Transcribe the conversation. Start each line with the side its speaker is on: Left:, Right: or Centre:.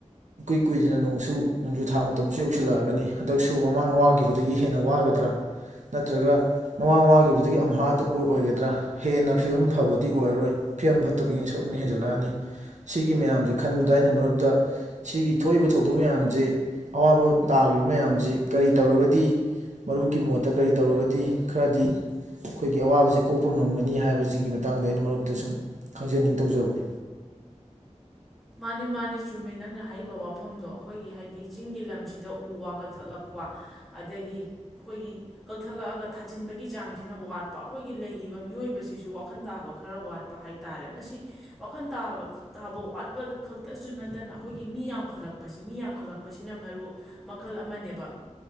Right: ꯏꯀꯨꯏ ꯀꯨꯏꯗꯅ ꯅꯣꯡꯁꯨꯨ ꯅꯣꯡꯖꯨ ꯊꯥ ꯃꯇꯝꯁꯨ ꯌꯧꯁꯤꯜꯂꯛꯑꯒꯅꯤ ꯍꯟꯇꯛꯁꯨ ꯃꯃꯥꯡ ꯋꯥꯒꯤꯕꯗꯒꯤ ꯍꯦꯟꯅ ꯋꯥꯒꯗ꯭ꯔꯥ ꯅꯠꯇ꯭ꯔꯒ ꯃꯃꯥꯡ ꯋꯥꯒꯤꯕꯗꯨꯗꯒꯤ ꯑꯝꯍꯥꯗ ꯑꯣꯏ ꯑꯣꯏꯒꯗ꯭ꯔꯥ ꯍꯦꯟꯅ ꯐꯤꯕꯝ ꯐꯕꯗꯤ ꯑꯣꯏꯔꯔꯣꯏ ꯐꯤꯕꯝ ꯐꯠꯇꯕꯒꯤ ꯁꯔꯨꯛꯅ ꯍꯦꯟꯖꯜꯂꯛꯑꯅꯤ ꯁꯤꯒꯤ ꯃꯌꯥꯝꯖꯦ ꯈꯟꯕꯗ ꯑꯩꯅ ꯃꯔꯨꯞꯇ ꯁꯤꯒꯤ ꯊꯣꯛꯏꯕ ꯊꯧꯗꯣꯛ ꯃꯌꯥꯝꯖꯤ ꯑꯋꯥꯕ ꯇꯥꯒ꯭ꯔꯤꯕ ꯃꯌꯥꯝꯖꯤ ꯀꯔꯤ ꯇꯧꯔꯒꯗꯤ ꯃꯔꯨꯞꯀꯤ ꯃꯣꯠꯇ ꯀꯔꯤ ꯇꯧꯔꯒꯗꯤ ꯈꯔꯗꯤ ꯑꯩꯈꯣꯏꯒꯤ ꯑꯋꯥꯕꯖꯦ ꯀꯣꯛꯄ ꯉꯝꯒꯅꯤ ꯍꯥꯏꯕꯁꯤꯒꯤ ꯃꯇꯥꯡꯗ ꯑꯩꯅ ꯃꯔꯨꯞꯇ ꯁꯨꯝ ꯈꯪꯖꯅꯤꯡ ꯇꯧꯖꯕꯅꯤ
Centre: ꯃꯥꯅꯦ ꯃꯥꯅꯦ ꯆꯨꯝꯃꯦ ꯅꯪꯅ ꯍꯥꯏꯔꯤꯕ ꯋꯥꯐꯝꯗꯣ ꯑꯩꯈꯣꯏꯒꯤ ꯍꯥꯏꯗꯤ ꯆꯤꯡꯒꯤ ꯂꯝꯁꯤꯗ ꯎ ꯋꯥ ꯀꯛꯊꯠꯂꯛꯄ ꯑꯗꯒꯤ ꯑꯩꯈꯣꯏꯒꯤ ꯀꯛꯊꯠꯂꯛꯑꯒ ꯊꯥꯖꯤꯟꯕꯒꯤ ꯆꯥꯡꯖꯤꯅ ꯋꯥꯠꯄ ꯑꯩꯈꯣꯏꯒꯤ ꯂꯩꯔꯤꯕ ꯃꯤꯑꯣꯏꯕꯁꯤꯁꯨ ꯋꯥꯈꯟ ꯇꯥꯕ ꯈꯔ ꯋꯥꯠꯄ ꯍꯥꯏꯇꯥꯔꯦ ꯃꯁꯤ ꯋꯥꯈꯟ ꯇꯥꯕ ꯇꯥꯕ ꯋꯥꯠ ꯄꯗ ꯈꯛꯇꯁꯨ ꯅꯠꯇꯅ ꯑꯩꯈꯣꯏꯒꯤ ꯃꯤ ꯌꯥꯝꯈꯠꯂꯛꯄꯁꯤ ꯃꯤ ꯌꯥꯝꯈꯠꯂꯛꯄꯁꯤꯅ ꯃꯔꯨ ꯃꯈꯜ ꯑꯃꯅꯦꯕ